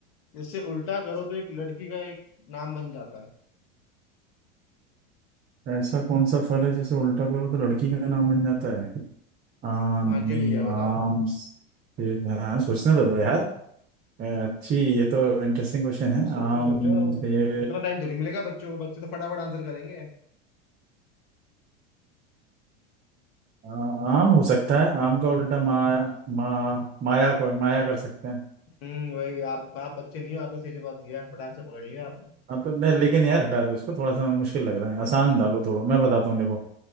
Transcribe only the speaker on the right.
ऐसा कौन सा फल है जिसे उल्टा करो तो लड़की का नाम बन जाता है आर्मी
आर्म्स हाँ सोचने तो दो यार अ, अच्छी ये तो इंटरेस्टिंग क्वेश्चन है
आम
ये
अ, आम हो सकता है आम का उल्टा माया मा, माया को माया कर सकते हैं
हाँ तो नहीं लेकिन यार हटा दो इसको थोड़ा सा मुश्किल लग रहा है आसान डालो थोड़ा मैं बताता हूँ देखो